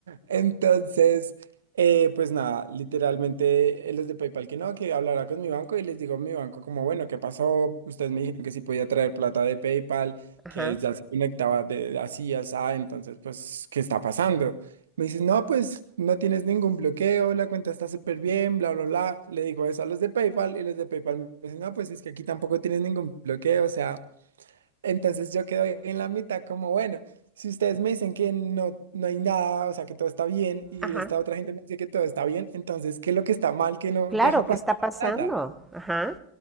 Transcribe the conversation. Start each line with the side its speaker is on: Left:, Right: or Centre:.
Right: Entonces, eh, pues nada, literalmente eh, los de PayPal que no, que hablará con mi banco y les digo a mi banco como, bueno, ¿qué pasó? Ustedes me dijeron que sí podía traer plata de PayPal,
Centre: Ajá,
Right: que ya se conectaba de, de así, así, entonces, pues, ¿qué está pasando? Me dices, no, pues no tienes ningún bloqueo, la cuenta está súper bien, bla, bla, bla. Le digo eso a los de PayPal y los de PayPal me dicen, no, pues es que aquí tampoco tienes ningún bloqueo, o sea... Entonces yo quedo ahí en la mitad como, bueno, si ustedes me dicen que no, no hay nada, o sea, que todo está bien, y
Centre: ajá.
Right: esta otra gente me dice que todo está bien, entonces, ¿qué es lo que está mal que no
Centre: Claro,
Right: deja pasar
Centre: ¿qué está pasando?
Right: la plata?
Centre: Ajá.